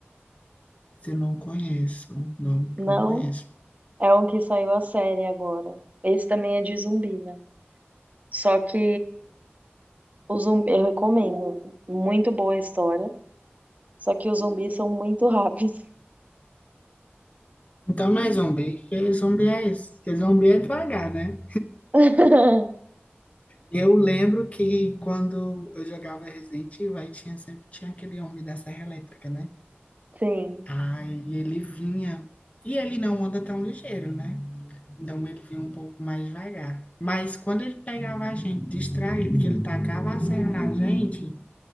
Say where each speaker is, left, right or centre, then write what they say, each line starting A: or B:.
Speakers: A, on the left; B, on the right.
A: Se eu não conheço, não,
B: Não,
A: não conheço.
B: é um que saiu a série agora. Esse também é de zumbi, né? Só que o zumbi, eu recomendo. Muito boa a história. Só que os zumbis são muito rápidos.
A: Então não é zumbi, que zumbi é esse? Que zumbi é devagar, né?
B: <laughs>
A: Eu lembro que quando eu jogava Resident Evil, aí tinha, sempre tinha aquele homem da Serra Elétrica, né?
B: Sim.
A: Aí ele vinha, e ele não anda tão ligeiro, né? Então ele vinha um pouco mais devagar. Mas quando ele pegava a gente distraído, que ele tacava a serra na gente,